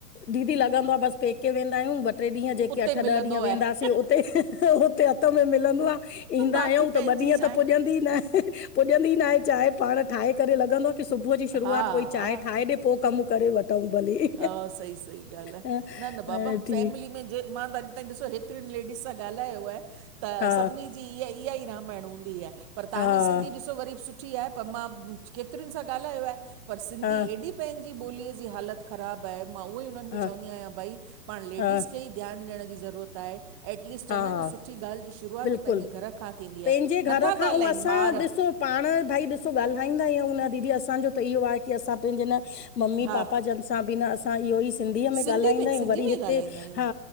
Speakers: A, on the left (about 80°); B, on the right (about 20°).
A: दीदी लॻंदो आ बस पेके वेंदायूं ट्रे ॾींहं जेके
B: उते
A: अठ ॾह
B: मिलंदो
A: ॾींहं
B: आहे
A: वेंदासीं उते, हुते हथ में मिलंदो आ। ईंदायूं
B: बाक़ी पंहिंजी
A: त ॿ ॾींहं
B: चांहि
A: त पुॼंदी ई नाहें, पुॼंदी ई नांहें चांय पाण ठाहे करे लॻंदो आ की सुबूह जी शुरुआत
B: हा
A: कोई चांय ठाए ॾे पो कम करे वठूं भलीे,
B: हा, सही सही ॻाल्हि आहे
A: अ
B: न न बाबा
A: ठीक
B: फैमिली में जे मां त अॼ ताईं ॾिसो, हेतरिन लेडीस सां ॻाल्हायो आहे त
A: हा
B: सभनी जी इहा, ईसाई रामायण हूंदी आहे, पर तहां
A: हा
B: जी सिंधी ॾिसो वरी बि सुठी आहे, पर मां केतरिन सां ॻाल्हायो आहे, पर सिंधी
A: हा
B: एॾी पंहिंजी ॿोलीअ जी हालत ख़राब आहे, मां उहोई उन्हनि खे
A: हा
B: चवंदी आयां, भाई पाण लेडीस
A: हा
B: खे ई ध्यान ॾियण जी ज़रूअत आहे। एटलीस्ट चवंदा
A: हा
B: एन न, सुठी ॻाल्ह जी शुरुआत
A: बिल्कुलु
B: पंहिंजे घर खां थींदी
A: पंहिंजे
B: आहे,
A: घर
B: नथा
A: खां
B: ॻाल्हाईन
A: ऐं असां
B: ॿार
A: ॾिसो पाण भई ॾिसो ॻाल्हाईंदा आयूं न, दीदी असांजो त इहो आहे की असां पैंजे न मम्मी,
B: हा
A: पापा जन असां बि न असां इहो ई सिंधीअ में
B: सिंधी
A: ॻाल्हाईंदायूं,
B: सिंधी
A: वरी
B: में
A: हिते
B: ई ॻाल्हाईंदा आहियूं
A: हा,